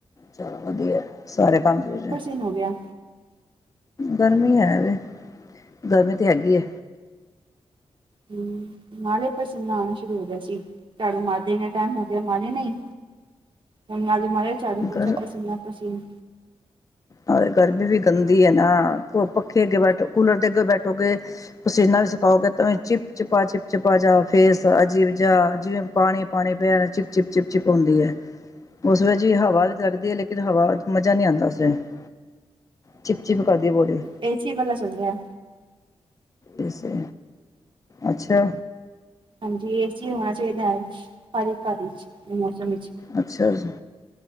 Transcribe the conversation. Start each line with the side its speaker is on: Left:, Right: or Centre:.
Left: ਚਲੋ ਵਧੀਆ ਐ, ਸਾਰੇ ਕੰਮ <unintelligible>
Right: <unintelligible> ਹੋ ਗਿਆ।
Left: ਗਰਮੀ ਹੈ ਵੇ, ਗਰਮੀ ਤੇ ਹੈਗੀ ਐ।
Right: ਹੂੰ, ਨਾਲੇ ਪਸੀਨਾ ਆਣਾ ਸ਼ੁਰੂ ਹੋ ਗਿਆ ਸੀ। ਝਾੜੂ ਮਾਰਦੇ ਏਨਾਂ ਟਾਈਮ ਹੋ ਗਿਆ, <unintelligible> ਨਈ ਹੁਨ ਅੱਜ ਮਾਰੇ ਝਾੜੂ ਪੋਚਾ
Left: ਗਰ
Right: ਪਸੀਨਾ ਪਸੀਨ
Left: ਔਰ ਗਰਮੀ ਵੀ ਗੰਦੀ ਐ ਨਾ, ਪੱਖੇ ਅਗੇ ਬੈਠੋ, ਕੂਲਰ ਦੇ ਅੱਗੇ ਬੈਠੋਗੇ ਪਸੀਨਾ ਵੀ ਸੁੱਕਾਓਗੇ ਤਾਂ ਵੀ ਚਿਪ ਚਿਪਾ, ਚਿਪ ਚਿਪਾ ਜਾ ਫੇਸ ਅਜੀਬ ਜਾ ਜਿਵੇਂ ਪਾਣੀ ਪਾਣੀ ਪੈਨ ਚਿਪ-ਚਿਪ, ਚਿਪ-ਚਿਪ ਹੁੰਦੀ ਐ। ਉਸ ਵੇ ਜੀ ਹਵਾ ਵੀ ਤੇ ਲੱਗਦੀ ਏ ਲੇਕਿਨ ਹਵਾ ਮਜ਼ਾ ਨੀ ਆਂਦਾ। <unintelligible> ਚਿਪ-ਚਿਪ ਕਰਦੀ ਏ ਬੋਡੀ।
Right: ਏ ਸੀ ਵਾਲਾ ਚੱਲ ਰਾ
Left: ਏ ਸੀ, ਅੱਛਾ।
Right: ਹਾਂਜੀ, ਏਸੀ ਹੋਣਾ ਚਾਈਦਾ ਐ ਹਰ ਇੱਕ ਘਰ ਵਿੱਚ ਇਸ ਮੌਸਮ ਵਿੱਚ।
Left: ਅੱਛਾ ਜੀ,